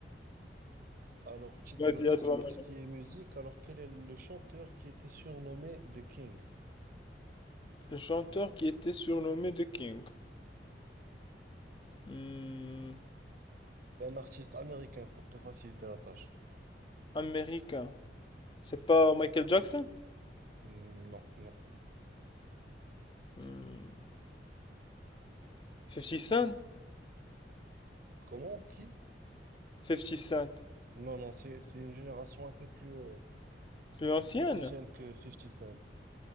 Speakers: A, on the right (about 55°); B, on the left (about 30°).
A: Alors, petite
B: Vas-y,
A: du reste
B: à toi
A: sur
B: maintenant.
A: tout ce qui est musique. Alors, quel est le chanteur qui était surnommé The King?
B: Le chanteur qui était surnommé The King. Hmm,
A: Un artiste américain pour te faciliter la tâche.
B: américain. C'est pas Michael Jackson?
A: Hmm, Non, non.
B: Hmm, 50 Cent?
A: Comment? Qui?
B: 50 Cent.
A: Non, non, c'est c'est une génération un peu plus euh,
B: Plus ancienne?
A: plus ancienne que 50 Cent.